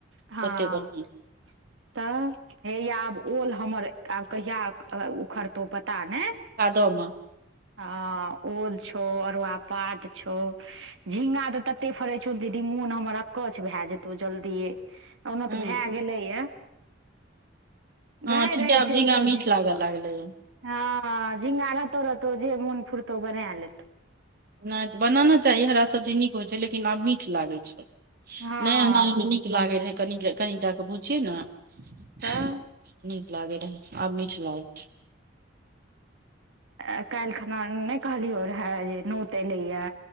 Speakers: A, on the right; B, on the right.
A: हँ
B: ओते बढ़िया
A: तऽ हैया आब ओल हमर आब कहिया उखड़तौ पता ने
B: भादो में
A: ह ओल छौ अरुआ पात छौ झिंगा त तते फड़ै छौ दीदी मोन हमर अकछ भए जेतौ जल्दिए ओना
B: हूँ
A: त भए गेलैया
B: हँ
A: रहै
B: ठीके
A: रहै
B: आब
A: छै
B: झींगा
A: ई सब
B: मीठ
A: जे
B: लाग लागले है
A: हँ झिंगा रहतो रहतौ जे मोन फुरतौ बना लेतो
B: नाय त बनाना चाही हरा सब्जी नीक होइ छै लेकिन आब मीठ लागे छै
A: हँ
B: नया नया मे नी लागे रहै कनिके कनिटा के भुझिये ने नी
A: तऽ
B: लागे रह आब मीठ लागे
A: आ काल्हि खना नहि कहलियै रहए जे नोत एलैए